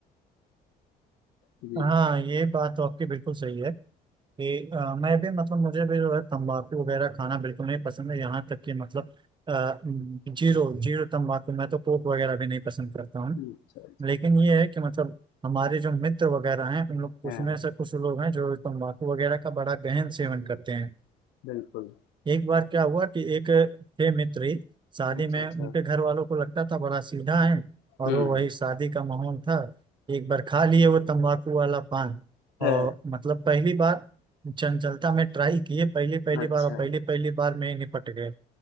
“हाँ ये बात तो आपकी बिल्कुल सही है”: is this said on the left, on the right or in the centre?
Right